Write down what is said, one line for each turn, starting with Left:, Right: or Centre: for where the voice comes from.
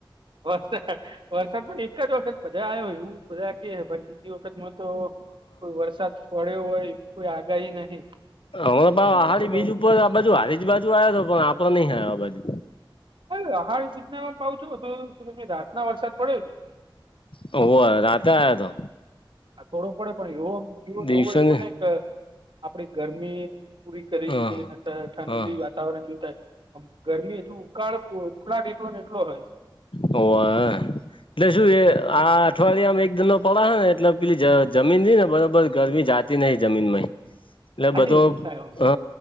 Right: વરસાદ વરસાદ પણ એક જ વખત બધા આવ્યો એવું. બધાખી પણ બીજી વખત તો. કોઈ વરસાદ પડ્યો હોય, એવી કોઈ આગાહી નહીં.
Left: હમણા
Right: અને
Left: આહારીડી
Right: હાલમાં
Left: બીજ
Right: તો
Left: ઉપર. ઉપર આ બાજુ આવે. બીજી બાજુ આયો તો, પણ આપડે નહીં આવ્યા, બાજુ.
Right: અરે અહાડ સુીધના પા છું, રાતના વરસાદ પડ્યો તો.
Left: હો, રાતે આયા તો.
Right: આ થોડો પડે, પણ એવો જવો
Left: દિવસે
Right: જોવો, એવો
Left: ને
Right: નહી કે. આપડી ગરમી પૂરી કરી,
Left: હા
Right: ઠંડીની
Left: હા
Right: વાત. વાતાવરણ કેવું થાય, ગરમી એવું ઉકાળ ઉખળાટ એટલો ને, એટલો હોય.
Left: હોવા. એટલે શું એ, આ અઠવાડિયામાં એક ધંધો પડે હ ને, એટલે પેલી જમીનથી ને, બરોબર ગરમી જાતે. નહીં જમીનમાંય, એટલે
Right: હાજી
Left: બધો
Right: એવું જ થાય
Left: હ,